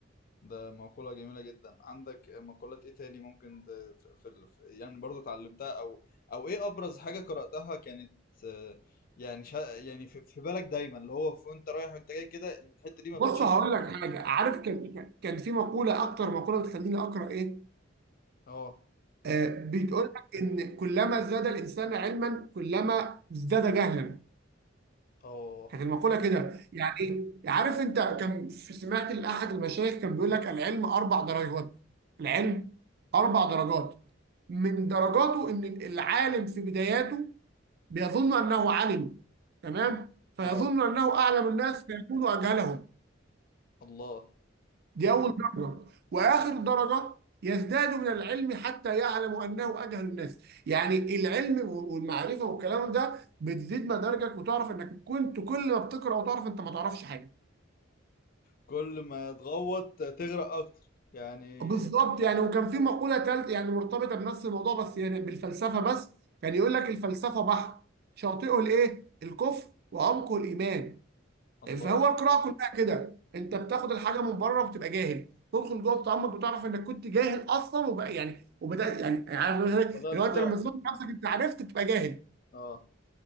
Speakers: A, on the left; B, on the right.
A: ده مقولة جميلة جدا عندك مقولات ايه تاني ممكن ت- في في ال- في- يعني برضو اتعلمتها او او ايه ابرز حاجة قرأتها كانت آه، يعني شا يعني في, في بالك دايما اللي هو في- وانت رايح وانت جاي كده الحتة دي ما
B: بص
A: بتشيلش
B: هقول
A: من دماغك
B: لك حاجه عارف كان كان كان في مقوله اكتر مقوله بتخليني اقرا ايه
A: اه
B: آه بتقول لك ان كلما زاد الانسان علما كلما ازداد جهلا
A: اه
B: كانت المقوله كده يعني ايه عارف انت كان في سمعت لاحد المشايخ كان بيقول لك العلم اربع درجات العلم اربع درجات من درجاته ان العالم في بداياته بيظن انه عالم تمام فيظن
A: اه
B: انه اعلم الناس فيكون اجهلهم
A: الله
B: دي أول درجة وآخر درجة يزداد من العلم حتى يعلم أنه أجهل الناس يعني العلم والمعرفة والكلام ده بتزيد مدارجك وتعرف أنك كنت كل ما بتقرأ وتعرف أنت ما تعرفش حاجة
A: كل ما تغوط تغرق اكتر يعني
B: بالظبط يعني وكان في مقولة تالت يعني مرتبطة بنفس الموضوع بس يعني بالفلسفة بس كان يقول لك الفلسفة بحر شاطئه الإيه؟ الكفر وعمقه الإيمان
A: الله
B: فهو القراءه كلها كده انت بتاخد الحاجه من بره وبتبقى جاهل تدخل جوه التعمق بتعرف انك كنت جاهل اصلا وبقى يعني وبدات يعني عارف اللي
A: بدأت
B: هو انت
A: تعرف
B: لما تظن نفسك انت عرفت تبقى جاهل
A: اه